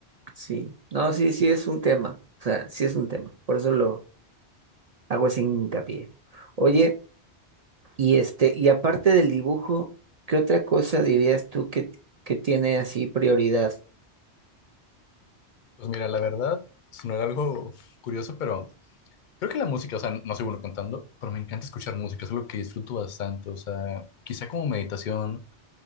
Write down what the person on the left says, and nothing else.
Pues mira, la verdad, si no era algo curioso, pero creo que la música, o sea, no soy bueno cantando, pero me encanta escuchar música, es algo que disfruto bastante, o sea, quizá como meditación,